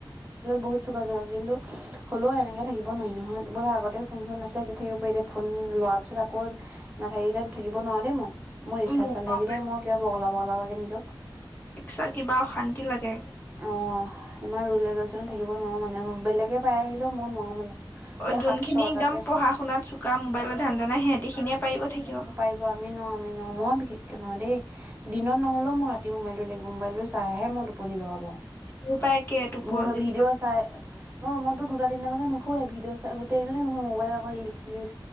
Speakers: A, on the right; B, on the left.
A: বহুত চোকা ছোৱালী কিন্তু হ'লেও এনেকে থাকিব নোৱাৰি নহয়। বোলো আগতে ফোন চোন নাছিলে তেতিয়া থাকিব পাৰি দে, ফোন লোৱাৰ পিছত আকৌ হেৰিদে থাকিব নোৱাৰ দেই মই। মই ৰিচাৰ্ছ
B: মোৰ
A: নাথাকিলে মই কিবা বগলা বগলা লাগে নিজক।
B: এক্সট্ৰা কিবা অশান্তি লাগে।
A: অ'। ইমান ৰুল ৰেগেশ্যনত থাকিব নোৱাৰু মানে, বেলেগে পাৰিলেও মই নোৱাৰো মানে এই
B: যোনখিনি
A: সাত ছটাতে
B: একদম পঢ়া শুনাত চোকা মোবাইলৰ ধান্দা নাই সিহঁতি খিনিয়ে পাৰিব থাকিব।
A: পাইব আমি নোৱাও। অ মই বিশেষকৈ নোৱাৰু দেই, দিনত নহ'লেও মোক ৰাতি মোবাইলটো লাগিব, মোবাইলটো চাইহে মই টোপনি যাব পাৰো।
B: মোৰ পাই একে টোপনি
A: মোৰ
B: যেতিয়া
A: ভিডিঅ' চাই মোৰ মত দুটা দিননাৈে নুোৱে ভিঅ' চ গটেই নহয় মোবাইল আৌ ৰিল ৰিল